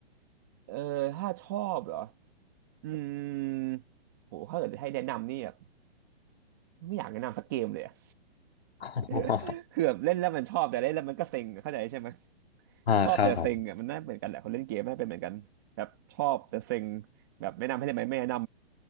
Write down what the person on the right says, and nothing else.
เออถ้าชอบเหรออืมโหถ้าเกิดให้แนะนำนี่แบบไม่อยากแนะนำสักเกมเลยอะ
<laughs>
คือแบบเล่นแล้วมันชอบแต่เล่นแล้วมันก็เซ็งอะเข้าใจใช่ไหม
ชอบแต่เซ็งเนี่ยมันน่าเหมือนกันแหละคนเล่นเกมน่าเป็นเหมือนกันแบบชอบแต่เซ็งแบบแนะนำให้เล่นไหมไม่แนะน